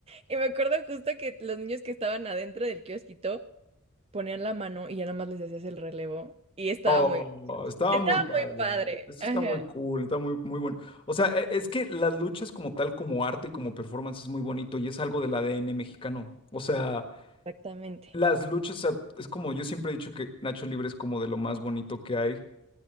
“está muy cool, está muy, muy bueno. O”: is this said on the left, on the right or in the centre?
Left